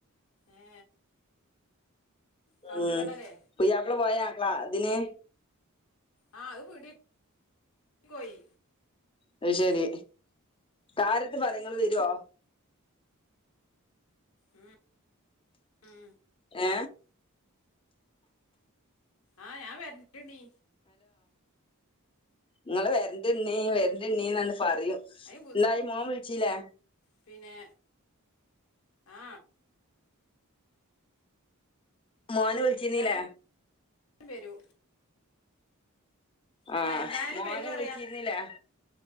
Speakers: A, on the left (about 70°); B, on the left (about 25°).
A: ഏ കാപ്പിക്കടലേ
B: ഉം പുയിആപ്ല പോയാ ആക്കളാ ഇതിന്
A: ആ അത് വീട്ടി പോയി
B: അത് ശെരി കാര്ത്ത് പരങ്ങള് വരുവോ
A: ഉം ഉം
B: ഏ
A: ആഹ് ഞാൻ വരണ്ട് ണ്ണി
B: നിങ്ങള് വരണ്ട് ഇണ്ണീ വരണ്ട് ഇണ്ണീ എന്നട് പറയും
A: അ
B: എന്തായി മോൻ വി ച്ചിലേ
A: പിന്നെ ആ
B: മോന് വിളിച്ചിരുന്നില്ലേ
A: എന്തായാലും വരൂ
B: ആഹ്
A: ആ എന്തായാലും
B: മോനെ
A: വരൂ
B: വിളിച്ചിരുന്നില്ലേ
A: അറിയാ